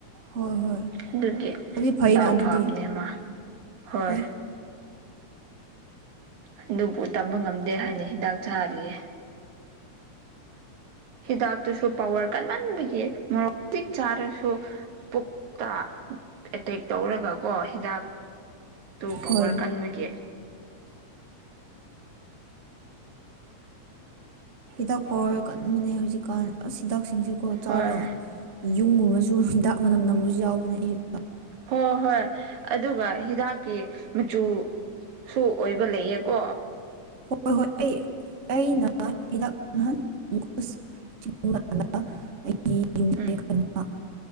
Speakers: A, on the right; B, on the right.
A: ꯍꯣꯏ ꯍꯣꯏ
B: ꯑꯗꯨꯒꯤ
A: ꯑꯗꯨꯗꯤ ꯐꯩꯅ
B: ꯗꯥꯎ
A: ꯑꯗꯨꯗꯤ
B: ꯐꯥꯕꯅꯦꯃ ꯍꯣꯏ
A: ꯐꯩ
B: ꯑꯗꯨꯕꯨ ꯇꯝꯕ ꯉꯝꯗꯦ ꯍꯥꯏꯅ ꯍꯤꯗꯥꯛ ꯆꯥꯔꯤꯌꯦ ꯍꯤꯗꯥꯛꯇꯨꯁꯨ ꯄꯋꯥꯔ ꯀꯟꯃꯟꯕꯒꯤ ꯃꯣꯔꯣꯛ ꯃꯇꯤꯛ ꯆꯥꯔꯁꯨ ꯄꯨꯛꯇ ꯑꯦꯇꯦꯛ ꯇꯧꯔꯒꯀꯣ ꯍꯤꯗꯥꯛ ꯇꯨ ꯄꯋꯥꯔ
A: ꯍꯣꯏ
B: ꯀꯟꯕꯒꯤ
A: ꯍꯤꯗꯥꯛ ꯄꯥꯎꯋꯔ ꯀꯟꯕꯅꯦ ꯍꯧꯖꯤꯛꯀꯥꯟ ꯑꯁ ꯍꯤꯗꯥꯛꯁꯤꯡꯁꯤꯀꯣ
B: ꯍꯣꯏ
A: ꯆꯥꯔꯒ ꯌꯨꯝꯒꯨꯝꯕꯁꯨ ꯍꯨꯟꯗꯥꯛ ꯃꯅꯝ ꯅꯝꯕꯁꯨ ꯌꯥꯎꯕꯅꯦ ꯑꯩꯁꯨ
B: ꯍꯣꯏ ꯍꯣꯏ ꯑꯗꯨꯒ ꯍꯤꯗꯥꯛꯀꯤ ꯃꯆꯨ ꯁꯨ ꯑꯣꯏꯕ ꯂꯩꯌꯦꯀꯣ꯫
A: ꯍꯣꯏ ꯍꯣꯏ ꯑꯩ ꯑꯩꯅ ꯍꯤꯗꯥꯛ ꯅꯍꯥꯟ ꯑꯁ ꯑꯩꯒꯤ ꯌꯨꯝ
B: ꯎꯝ
A: <unintelligible>